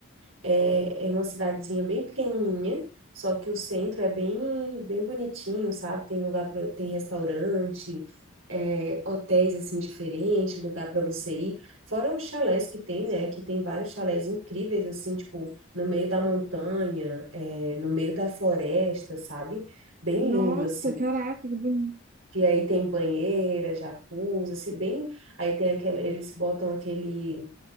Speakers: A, on the right; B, on the right.
A: É, é uma cidadezinha bem pequenininha, só que o centro é bem, bem bonitinho, sabe? Tem lugar pra, tem restaurante, é, hotéis assim diferentes, lugar para você ir. Fora os chalés que tem, né? Que tem vários chalés incríveis assim, tipo no meio da montanha, é, no meio da floresta, sabe? Bem
B: nossa,
A: lindo assim
B: caraca, que bonito.
A: que aí tem banheira, jacuzzi, assim, bem, aí tem aquele, eles botam aquele